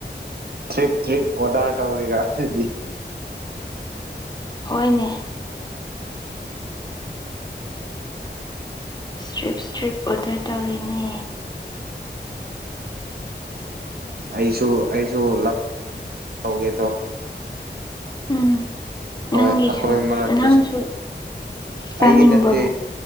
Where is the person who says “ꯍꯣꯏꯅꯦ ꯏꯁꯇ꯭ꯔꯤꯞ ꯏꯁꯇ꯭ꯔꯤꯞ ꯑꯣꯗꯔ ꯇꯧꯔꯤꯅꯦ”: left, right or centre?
Left